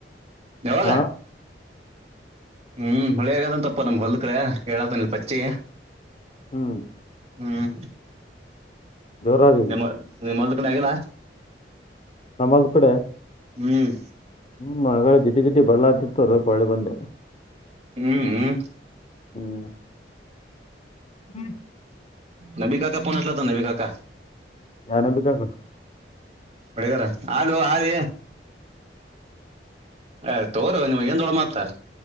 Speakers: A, on the right; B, on the left.
A: ಯಾವಾಗ
B: ಹಾ
A: ಹ್ಮ್ ಮಳೆಗದಂತಪ್ಪ ನಮ್ಗ್ ಹೊಲ್ ಕಡೆ ತನಲ್ ಪಚ್ಚಿ
B: ಹ್ಮ್
A: ಹ್ಮ್
B: ಜೋರಾಗಿ
A: ನಿಮ್ಮ ನಿಮ್ಮ ಕಡೆಾಗಲ್ಲ
B: ನಮ್ಮಲ್ ಕಡೆ
A: ಹ್ಮ್
B: ಹ್ಮ್ ಮಗಳೇ ಜಿಟ್ಟಿ ಜಿಟ್ಟಿ ಬರ್ಲಾತಿತ್ತು ಅದಕ್ಕೆ ಒಳೆ ಬಂದೆ
A: ಹ್ಮ್ ಹ್ಮ್
B: ಹ್ಮ್ ಹ್ಮ್
A: ನವಿ ಕಾಕ ಪಚಲ ತ ನವಿ ಕಾಕ
B: ಯಾನಂಬಿಕಾಗ
A: ಹೊಡಗರ ಹಲೋ ಹ ರ ಅ ತೋರು ನೀವು್ಏನ್ ದೊಡ್ಡ ಮಾತ